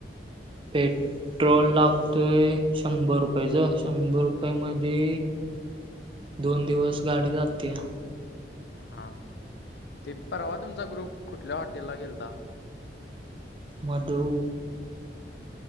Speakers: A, on the right (about 30°); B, on the left (about 65°).
A: पेट्रोल लागतोय शंभर रुपयचं, शंभर रुपयमध्ये दोन दिवस गाडी जात्या.
B: हा हा, ते परवा तुमचा ग्रुप कुठल्या हॉटेलला गेलता?
A: मधु